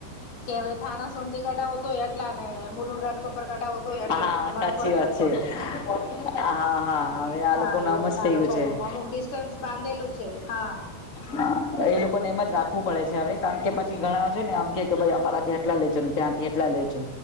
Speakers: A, on the left; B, on the left.
A: કે હવે થાણા સુંંધી કઢાવો તોય એટલા ને મુલઝટકો પર કઢા હોતો હેટલા
B: હા
A: મનો
B: સાચી
A: ફરક
B: વાત
A: ના પડતો
B: છે હા હા હવે આ
A: હા
B: લોકો નામજ
A: એવી રીતના
B: થઈ
A: આ લોકો
B: ગયું છે
A: અમુક ડિસ્ટન્સ બાંધેલું છે હા
B: હા એ લોકો ને એમ જ રાખવું પડે છે હવે કારણ કે પછી ઘણા છે ને આમ કે કે ભાઈ અમારાથી એટલા લેજોને ત્યાંથી એટલા લેજો